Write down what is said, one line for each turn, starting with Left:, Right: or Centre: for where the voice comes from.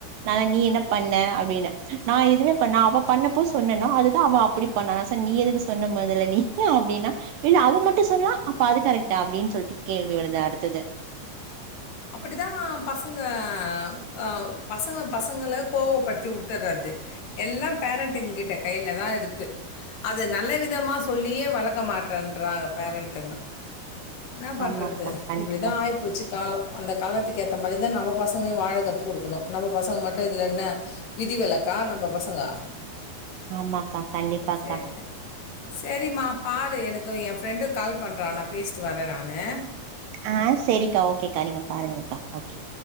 Right: நானா நீ என்ன பண்ண அப்டின்ன நா எதுவே பண்ண அவ பண்ணப்போ சொன்னனோ அதுதா அவ அப்பிடி பண்ணா நா சொன்ன நீ எதுக்கு சொன்ன மொதல்ல நீ ஏ அப்டின்னா இல்ல அவ மட்டு சொல்லா அப்ப அது கரெக்டா அப்டின் சொல்ட்டு கேள்வி வருது அடுத்தது
Left: அப்பிடிதா பசங்க ஆ பசங்க பசங்கள கோவப்படுத்தி உட்டுர்றது எல்லா பேரண்ட்டுங்க கிட்ட கைலதா இருக்கு அது நல்ல விதமா சொல்லியே வளக்க மாட்டன்றறாங்க பேரண்ட்டுங்க என்ன பண்றது
Right: ஆமாப்பா கண்டிப்பா
Left: இப்படிதா ஆயிப்போச்சு காலோ காலத்துக்கு ஏத்த மாதிரிதா நம்ம பசங்களையு வாழ கத்து குடுக்கணு. நம்ம பசங்க மட்டு இதுல என்ன விதி விலக்கா நம்ம பசங்கோ..
Right: ஆமாக்கா கண்டிப்பாக்கா
Left: சேரி சேரிமா பாரு எனக் இதோ என் ஃப்ரெண்டு கால் பண்றா. நா பேசிட்டு வர்ர நானூ..
Right: ஆஹ் சேரிக்கா ஓகேக்கா நீங்க பாருங்கக்கா ஓகே.